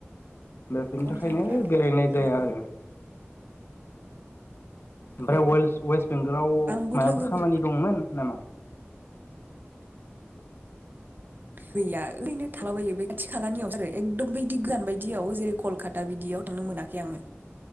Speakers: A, on the left; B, on the right.
A: बेफोरनि
B: खरसाफ्रा
A: थाखायनो बेरायनाय जाया
B: उम
A: आरो। ओमफ्राय
B: औ
A: वेल-वेस्ट बेंगलाव
B: आंबो
A: माबाफोर
B: लोगोफोर
A: खामानि दंमोन नामा?
B: गैया ओरैनो थालाबायो बे खाथि खालानियावसार एकदम बदि गोजान बायदियाव जेरै कलकाता बिदियाव थांनो मोनाखै आङो।